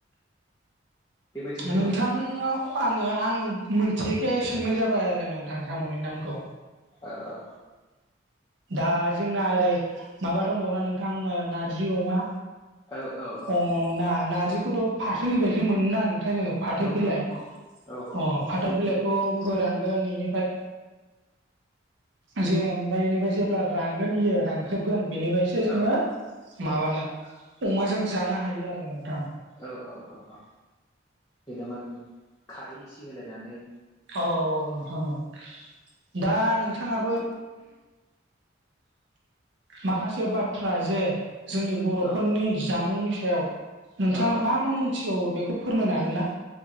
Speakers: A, on the left; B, on the right.
A: बेबायदिनो
B: नोंथांआव
A: औ
B: आङो आं मिथियैखाय सोंनाय जाबाय आरो नोंथां साम'नि नामखौ।
A: औ औ
B: दा जोंना ओरै माबा दंबावोना नोंथां नारजि अमा
A: औ औ औ
B: ओ ना नारजिखौथ' फाथोनि बायसो मोनो ना नोंथां जोङो फाथो
A: नंगौ
B: बिलाइ
A: नंगौ औ औ
B: अ फाथो
A: नंगौ
B: बिलाइखौ फोरानगोन बेनिफ्राय जे ओमफ्राय बेनिफ्राय जेब्ला रानगोन इयो रानख्रेबगोन बेनिफ्रायसो जोङो
A: औ
B: माबानो अमाजों जानो हायो आरो नोंथां।
A: औ औ औ औ देदामानि खारै एसे होलायनानै
B: औ औ नोंथां औ दा नोंथाङाबो माखासे बाथ्रा जे जोंनि बर'फोरनि
A: औ
B: जामुंनि सायाव नोंथाङा
A: औ औ
B: मा मा मोनथिबावो बेखौ फोरमायनो हागोन ना?